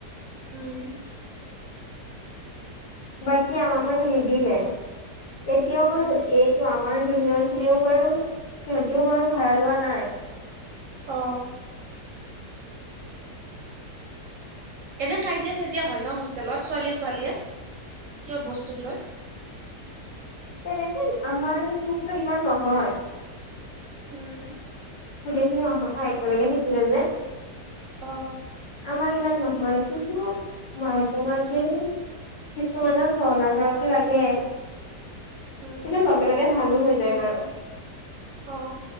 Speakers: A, on the right; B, on the left.
A: উম।
B: বাকী আামাক নিদিলে। এতিয়াও বাৰু
A: উম
B: এইটো আমাৰ জুনিয়ৰ খিনিও বাৰু সিহঁতিও বাৰু ভাড়া লোৱা নাই।
A: অঁ। এনে কাজিয়া- চাইজিয়া হয় ন হোষ্টেলত ছোৱালী ছোৱালীয়ে কিয় বস্তুক লৈ?
B: তেনেকে আমাৰ ৰুমটোত ইমান নহয়।
A: উম
B: আমি অহাৰ পৰা একেলগে থাকিলে যে।
A: অ
B: আমাৰ ইমান নহয় কিন্তু মাজে-মাজে কিছুমানৰ তৰ্কাতৰ্কি লাগে।
A: উম
B: কিন্তু লগে লগে ভালো হৈ যায় বাৰু।
A: অ